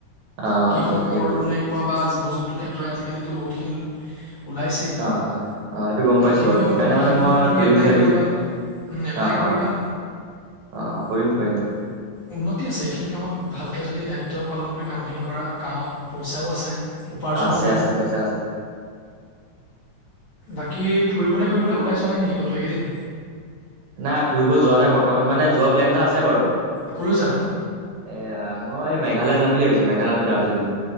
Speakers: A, on the right (about 75°); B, on the left (about 70°).
A: অ
B: কৃষকৰ
A: সেইটো
B: লোনে কোৱা বা জীৱ জন্তুৰ ক্ষেত্ৰত আজিকালিতো বহুতখিনি লো ওলাইছেই।
A: অ অ অ সেইটো গম
B: সেইখিনিও
A: পাইছো বাৰু সেইকাৰণে
B: সেইখিনিও
A: মানে মই
B: তুমি
A: খুলিম
B: এপ্লাই
A: বুলি ভাবিছো
B: কৰিবা। উম, এপ্লাই
A: অ
B: কৰিবা।
A: অ অ অ কৰিম কৰিম কৰিম
B: উন্নতি আছে। এইখিনি কামত ভালকে যদি দায়িত্ব পালন কৰি কামখিনি কৰা কামত পইচাও আছে। উপাৰ্জনো
A: আছে
B: হ'ব।
A: আছে পইচা আছে
B: বাকী ফুৰিবলে কৰিবলে ওলাই যোৱা নাই নেকি কতো এইকেইদিন?
A: নাই ফুৰিব যোৱা নাই বৰ্তমান মানে যোৱা প্লেনটা আছে বাৰু।
B: কলৈ যাবা
A: এয়া মই এই মেঘালয় যাম বুলি ভাবিছোঁ মেঘালয় নহয় দাৰ্জিলিং।